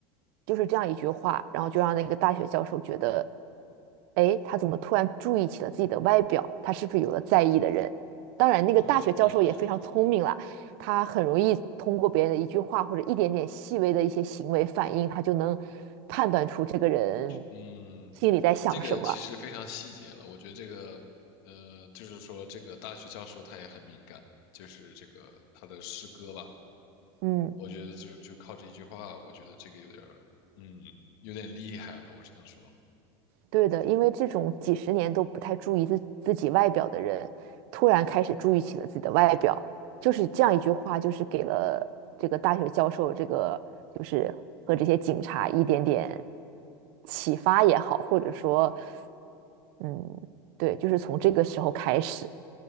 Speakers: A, on the right; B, on the left.
A: 就是这样一句话，然后就让那个大学教授觉得，哎，他怎么突然注意起了自己的外表？他是不是有了在意的人？当然，那个大学教授也非常聪明了，
B: <laughs>
A: 他很容易通过别人的一句话或者一点点细微的一些行为反应，他就能判断出这个人
B: 嗯，
A: 心里在想什么。
B: 这个其实非常细节了。我觉得这个，呃，就是说这个大学教授他也很敏感，就是这个他的诗歌吧，
A: 嗯。
B: 我觉得就就靠这一句话，我觉得这个有点儿，嗯，有点厉害了，我只能说。
A: 对的，因为这种几十年都不太注意自自己外表的人，突然开始注意起了自己的外表，就是这样一句话，就是给了这个大学教授，这个就是和这些警察一点点启发也好，或者说，嗯，对，就是从这个时候开始，